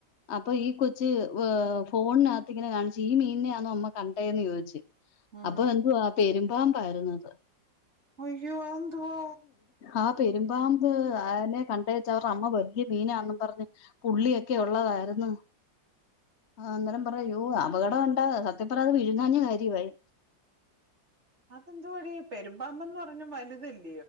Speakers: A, on the left; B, on the right.
A: അപ്പൊ ഈ കൊച്ച് വ്വേ ഫോണിനകത്തിങ്ങനെ കാണിച്ച് ഈ മീനിനെയാന്നോ അമ്മ കണ്ടേന്ന് ചോദിച്.
B: ഉം
A: അപ്പൊ എന്തുവാ പെരുമ്പാമ്പായിരുന്നത്.
B: അയ്യോ! അന്തുവാ?
A: ആ പെരുമ്പാമ്പ് അയിനെ കണ്ടേച്ച് അവറ്ടെ അമ്മ വലിയ മീനാന്നും പറഞ്ഞ് പുള്ളിയൊക്കെ ഉള്ളതാണ് ആര്ന്നു. ആ അന്നേരം പറയാ യ്യോ അപകടോണ്ട് സത്യം പറയഅത് വിഴുങ്ങാഞ്ഞെ കാര്യവായി.
B: അതെന്തുവാടി പെരുമ്പാമ്പേന്ന് പറഞ്ഞ വലുതല്ലെ